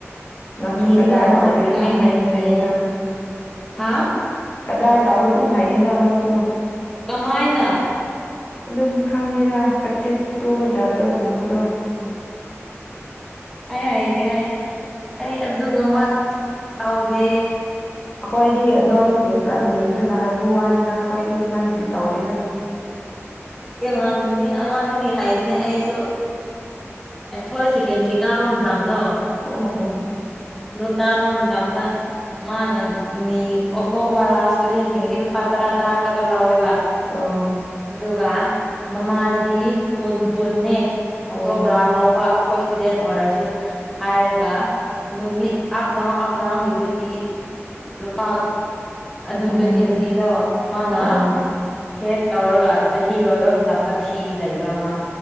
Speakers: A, on the left (about 35°); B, in the centre.
A: ꯅꯪꯁꯨ
B: ꯅꯤꯒꯗꯕ
A: ꯀꯗꯥꯏ ꯇꯥꯎꯕꯗꯤ
B: ꯅꯠꯇꯦ
A: ꯑꯗꯨꯝ
B: ꯑꯩꯅ
A: ꯍꯥꯏꯗꯤ
B: ꯌꯦꯟ
A: ꯍꯥꯏꯌꯦꯅ
B: ꯍꯥ
A: ꯀꯗꯥꯏ ꯇꯥꯎꯕ ꯑꯗꯨꯝ ꯍꯥꯏꯌꯦꯅ ꯅꯪꯁꯨ
B: ꯀꯃꯥꯏꯅ
A: ꯑꯗꯨꯝ ꯈꯪꯉꯦꯖ ꯀꯆꯦ ꯇꯨꯕꯖꯥꯗ ꯀꯗꯣ ꯨꯝꯃꯗꯣ
B: ꯑꯩ ꯍꯥꯏꯅꯦ ꯑꯩ ꯑꯩ ꯑꯗꯨꯒꯨꯝꯕ ꯇꯧꯗꯦ
A: ꯑꯩꯈꯣꯏꯗꯤ ꯅꯣꯏꯗꯒꯤ ꯈꯔ ꯌꯦꯡꯈꯒ ꯍꯥꯏꯕ ꯋꯥꯅꯤꯗ ꯑꯩꯈꯣꯏꯗꯤ ꯑꯗꯨꯃꯥꯏꯅꯗꯤ ꯇꯧꯗꯣꯏꯗ
B: ꯏꯃꯥꯟꯅꯕꯤ ꯑꯃꯗꯒꯤ ꯍꯥꯏꯕꯅꯦ ꯑꯩꯁꯨ ꯑꯦꯈꯣꯏ ꯁꯦꯀꯦꯟ ꯀꯥ ꯑꯃ ꯇꯝ ꯅꯣ
A: ꯑꯣ
B: ꯀꯥꯃ ꯇꯅ ꯃꯥꯅ ꯅꯤ ꯑꯣꯛꯇꯣꯕꯔ ꯏꯁꯇꯨꯗꯦꯟꯁꯤꯡꯒꯤꯗꯤ ꯂꯨꯄꯥ ꯇꯔꯥ ꯇꯔꯥ ꯈꯛꯀ ꯂꯧꯥꯎꯋꯦꯕ
A: ꯑꯣ
B: ꯑꯗꯨꯒ ꯃꯃꯥꯗꯗꯤ ꯀꯨꯟ ꯀꯨꯦ ꯑꯣꯛꯇꯣ
A: ꯎꯝ
B: ꯕꯔꯥ ꯂꯧꯕ ꯑꯩꯈꯣꯏ ꯏꯁꯇꯨꯗꯦꯟ ꯑꯣꯏꯔꯁꯨ ꯍꯥꯏꯔꯒ ꯅꯨꯃꯤꯠ ꯑꯞ ꯗꯥꯎꯟ ꯑꯞ ꯗꯥꯎꯟꯒꯤ ꯇ꯭ꯋꯦꯟꯇꯤ ꯂꯨꯄꯥ ꯑꯗꯨꯝ
A: ꯎꯝ
B: ꯇ꯭ꯋꯦꯟꯇꯤ ꯇ꯭ꯋꯦꯟꯇꯤꯗꯣ ꯃꯥꯅ
A: ꯑꯣ
B: ꯁꯦꯚ ꯇꯧꯔꯒ ꯆꯍꯤ ꯂꯣꯏꯕ ꯃꯇꯝꯗ ꯐꯤ ꯂꯩꯕ ꯑꯃ